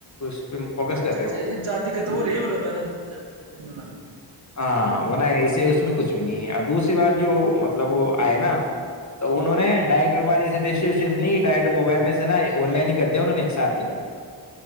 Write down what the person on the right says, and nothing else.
اچھا
اچھا
یہ جاتی گت ہو رہی ہے مطلب ہے نا جنگنا